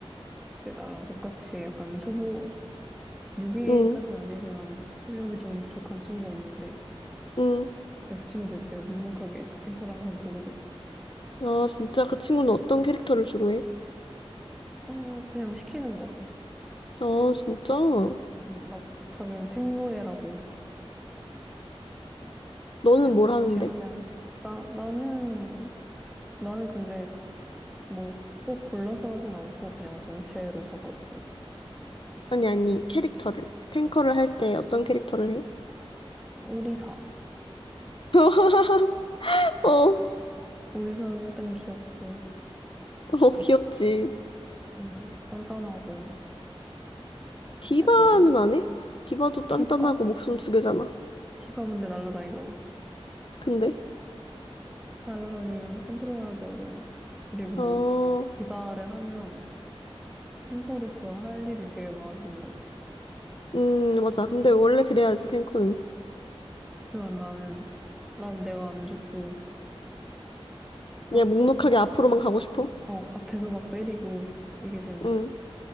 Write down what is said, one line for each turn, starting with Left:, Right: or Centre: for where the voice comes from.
Centre: 제 나랑 똑같이 약간 초보 뉴비까지는
Left: 음,
Centre: 아니지만 실력이 좀 부족한 친구가 있는데
Left: 음.
Centre: 근데 그 친구들이 되게 묵묵하게 탱커를 항상 고르거든.
Left: 아, 진짜 그 친구는 어떤 캐릭터를 주로 해?
Centre: 어 그냥 시키는 거.
Left: 아, 진짜? 어,
Centre: 음, 막 자기는 탱노예라고
Left: 너는
Centre: 그냥
Left: 뭘
Centre: 같이
Left: 하는데?
Centre: 하면 나 나는 나는 근데 뭐 꼭 골라서 하진 않고 그냥 전체로 잡아서 돌려.
Left: 아니, 아니, 캐릭터를. 탱커를 할 때 어떤 캐릭터를 해?
Centre: 오리사
Left: <laughs> 어,
Centre: 오리사는 일단 귀엽고
Left: 어, 귀엽지.
Centre: 음, 단단하고
Left: 디바는
Centre: 약간
Left: 안 해? 디바도
Centre: 티바
Left: 단단하고 목숨 두 개잖아.
Centre: 티바 근데 날라다니잖아.
Left: 근데,
Centre: 날라다니면 컨트롤하기 어려워. 그리고
Left: 어,
Centre: 디바를 하면 탱커로서 할 일이 되게 많아지는 것 같아.
Left: 음, 맞아. 근데 원래 그래야지, 탱커는.
Centre: 그치만 나는, 난 내가 안 죽고, 막,
Left: 그냥 묵묵하게
Centre: 막,
Left: 앞으로만 가고 싶어?
Centre: 어, 앞에서 막 때리고, 이게 재밌어.
Left: 응.